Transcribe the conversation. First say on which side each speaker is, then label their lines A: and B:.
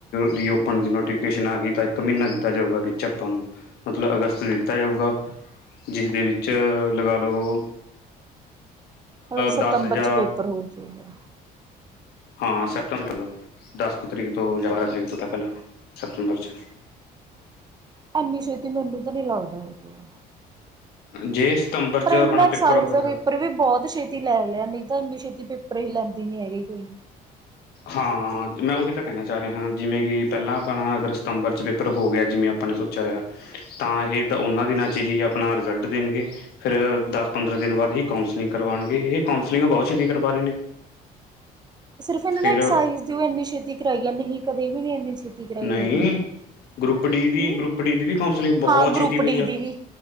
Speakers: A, on the left (about 70°); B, on the right (about 25°).
A: ਰਿਓਪਨ ਦੀ ਨੋਟੀਫਿਕੇਸ਼ਨ ਆ ਗਈ ਤਾਂ ਇੱਕ ਮਹੀਨਾ ਦਿੱਤਾ ਜਾਊਗਾ ਵਿੱਚ ਆਪਾਂ ਨੂੰ। ਮਤਲਬ ਅਗਸਤ ਚ ਦਿੱਤਾ ਜਾਊਗਾ, ਜਿਹਦੇ ਵਿੱਚ ਲਗਾ ਲਓ।
B: ਮਤਲਬ ਸਤੰਬਰ
A: ਦਸ ਜਾਂ
B: ਚ ਪੇਪਰ ਹੋਜੂਗਾ।
A: ਹਾਂ, ਸੈਪਟਨ <unintelligible> ਦਸ ਕੁ ਤਰੀਕ ਤੋਂ ਜਾਂ ਬਾਰਾਂ ਤਰੀਕ ਤੋਂ ਤਾਂ ਪਹਿਲਾਂ। ਸੈਪਤੰਬਰ ਵਿੱਚ।
B: ਇੰਨੀ ਛੇਤੀ ਮੈਨੂੰ ਤਾਂ ਨੀ ਲੱਗਦਾ ਹੋ ਜੂਗਾ।
A: ਜੇ ਸਤੰਬਰ 'ਚ
B: ਪਰਿੰਟ
A: ਆਪਣਾ
B: <unintelligible> ਐਕਸਾਈਜ਼
A: ਪੇਪਰ ਹੋਇਆ
B: ਦਾ ਪੇਪਰ ਵੀ ਬਹੁਤ ਛੇਤੀ। ਛੇਤੀ <unintelligible> ਲੈ ਲਿਆ ਨਹੀਂ ਤਾਂ ਇੰਨੀ ਛੇਤੀ ਪੇਪਰ ਹੀ ਲੈਂਦੀ ਨੀ ਹੈਗੀ ਕੋਈ।
A: ਹਾਂ, ਮੈਂ ਉਹੀ ਤਾਂ ਕਹਿਣਾ ਚਾ ਰਿਹਾ, ਜਿਵੇਂ ਕਿ ਪਹਿਲਾਂ ਆਪਾਂ ਅਗਰ ਸਤੰਬਰ ਚ ਪੇਪਰ ਹੋ ਗਿਆ ਜਿਵੇਂ। ਆਪਾਂ ਨੇ ਸੋਚਿਆ ਹੋਇਆ ਤਾਂ ਇਹਦਾ ਉਹਨਾਂ ਦਿਨਾਂ ਵਿੱਚ ਹੀ ਆਪਣਾ ਰਿਜ਼ਲਟ ਦੇਣਗੇ। ਫਿਰ ਦਸ ਪੰਦਰਾਂ ਦਿਨ ਬਾਦ ਹੀ ਕੋਂਸਲਿੰਗ ਕਰਵਾਉਣਗੇ। ਇਹ ਕੋਂਸਲਿੰਗ ਬਹੁਤ ਛੇਤੀ ਕਰਵਾ ਰਹੇ ਨੇ।
B: ਸਿਰਫ ਇਹਨਾਂ
A: ਫਿਰ
B: ਨੇ ਐਕਸਾਈਜ਼ ਦੀ ਏਨੀ ਛੇਤੀ ਕਰਾਈ ਹੈ, ਨਹੀਂ ਕਦੇ ਵੀ ਨਹੀਂ ਏਨੀ ਛੇਤੀ ਕਰਾਈ
A: ਨਹੀਂ
B: ਹੈਗੀ।
A: ਗਰੁੱਪ ਡੀ। ਦੀ
B: ਹੂੰ,
A: ਗਰੁੱਪ ਡੀ ਦੀ ਵੀ ਕਾਉਂਸਲਿੰਗ ਬਹੁਤ
B: ਹਾਂ ਗਰੁੱਪ
A: ਛੇਤੀ ਹੋਈ
B: ਡੀ
A: ਆ
B: ਦੀ ਵੀ।